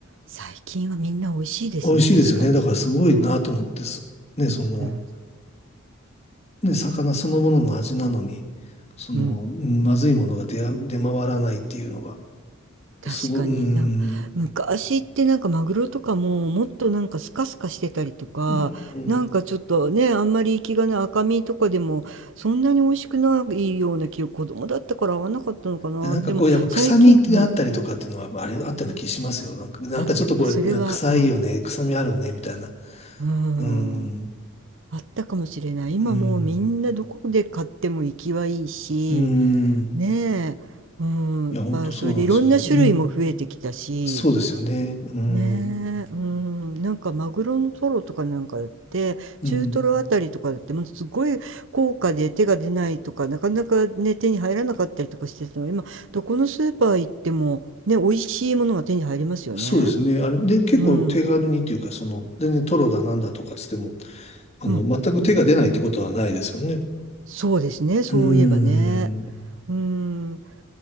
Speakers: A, on the right; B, on the left.
A: 最近はみんな美味しいですね、
B: 美味しいですよね。
A: 確かに。
B: だからすごいなと思ってす、
A: うん、
B: ね、その、
A: うん、
B: ね、魚そのものの味なのに、その、
A: うん。
B: うんまずいものが出や、出回らないっていうのが、
A: 確かに。
B: すごい、うーん、
A: なんか昔ってなんかマグロとかももっとなんかスカスカしてたりとか、
B: うー
A: なんかちょっとね、あんまり生きがない赤身とかでもそんなに美味しくないような記憶、子供だったから合わなかったのかな。
B: なんかこう、
A: でも最近、
B: やっぱ臭みがあったりとかっていうのは、
A: うん。
B: まあれ、あったような気しますよ。なんか、なんかちょっとこれ、
A: あ、やっぱそれは、
B: 臭いよね、
A: うん。
B: 臭みあるね、みたいな。
A: うーん。
B: うーん、
A: あったかもしれない。今もうみんなどこで買っても生きはいいし、
B: うーん、うーん。
A: ねえ。うん。
B: いや、
A: やっぱそれでいろんな種類も増えてきたし、
B: 本当そうなんですよね。うん。そうですよね。うん、
A: ねえ、うん、なんかマグロのトロとかなんかだって、
B: うん。
A: 中トロあたりとかだって、もうすごい高価で手が出ないとか、なかなかね、手に入らなかったりとかしてたの、今、どこのスーパー行っても、ね、美味しいものが手に入りますよね。
B: そうですね。あれ、で、結構手軽にっていうか、
A: うん、
B: その、全然トロだなんだとかつっても、あの、
A: うん、
B: 全く手が出ないってことはないですよね。
A: そうですね、そういえばね。
B: うーん。
A: うん、